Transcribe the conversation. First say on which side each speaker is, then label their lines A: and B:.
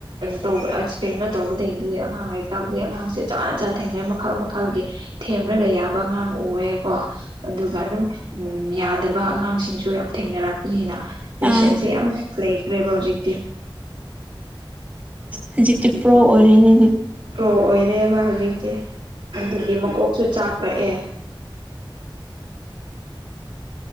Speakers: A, on the right (about 70°); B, on the right (about 15°).
A: ꯇꯧꯕ ꯀꯩꯅꯣ ꯇꯧꯕꯗꯩꯗꯤ ꯑꯉꯥꯡ ꯍꯥꯏ ꯇꯥꯎꯗꯦ ꯑꯉꯥꯡꯁꯦ ꯖꯥꯠ ꯖꯥꯠ ꯊꯦꯡꯅ ꯃꯈꯜ ꯃꯈꯜꯒꯤ ꯊꯦꯝꯂꯒ ꯌꯥꯕ ꯑꯉꯥꯡ ꯎꯑꯦꯀꯣ ꯑꯗꯨꯒ ꯑꯗꯨꯝ ꯎꯝ ꯌꯥꯗꯕ ꯑꯉꯥꯡꯁꯤꯡꯁꯨ ꯌꯥꯝ ꯊꯦꯡꯅꯔꯛꯄꯅꯦꯕ ꯄꯦꯁꯦꯟꯁꯦ
B: ꯑꯥ
A: ꯌꯥꯝ ꯂꯩꯈ꯭ꯔꯦꯕ ꯍꯧꯖꯤꯛꯇꯤ
B: ꯍꯧꯖꯤꯛꯇꯤ ꯄ꯭ꯔꯣ ꯑꯣꯏꯔꯦꯅꯦ
A: ꯄ꯭ꯔꯣ ꯑꯣꯏꯔꯦꯕ ꯍꯧꯖꯤꯛꯇꯤ ꯑꯗꯨꯗꯤ ꯃꯀꯣꯛꯁꯨ ꯆꯥꯛ꯭ꯔꯛꯑꯦ